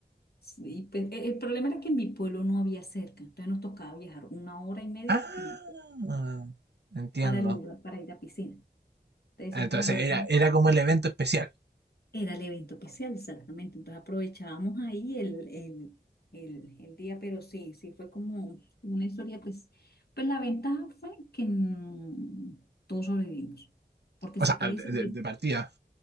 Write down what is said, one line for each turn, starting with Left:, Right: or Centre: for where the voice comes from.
Left: Y pues, e- el problema era que en mi pueblo no había cerca, entonces nos tocaba viajar una hora y media
Right: ¡Ah!
Left: porque,
Right: Entiendo.
Left: para el lugar, para ir a piscina. Entonces
Right: Entonces
Left: siempre nos íbamos,
Right: era, era como el evento especial.
Left: era el evento especial, exactamente. Entonces aprovechábamos ahí el, el, el, el día, pero sí, sí fue como una historia, pues, pues la ventaja fue que mm, todos sobrevivimos, porque si
Right: O sea,
Left: tuviesen
Right: de, de-
Left: visto,
Right: de partida.